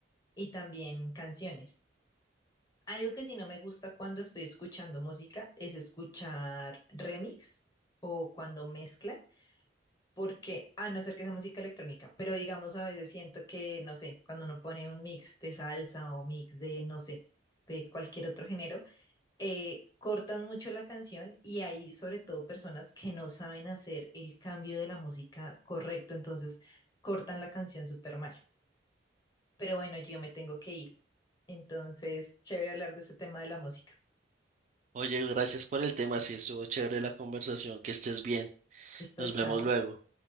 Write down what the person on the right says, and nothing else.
Oye, gracias por el tema, sí, estuvo chévere la conversación, que estés bien.
Nos
vemos luego.